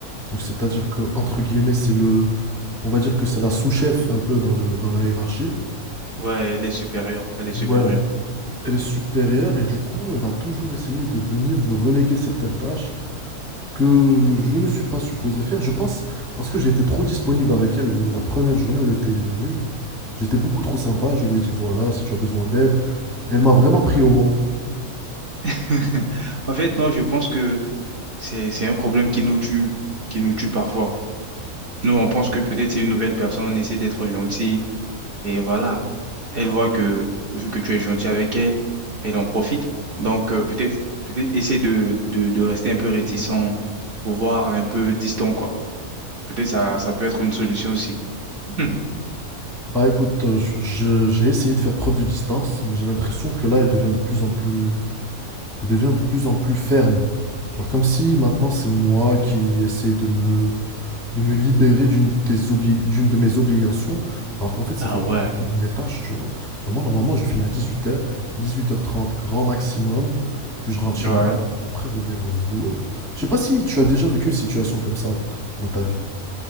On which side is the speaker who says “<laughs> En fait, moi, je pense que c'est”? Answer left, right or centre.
Right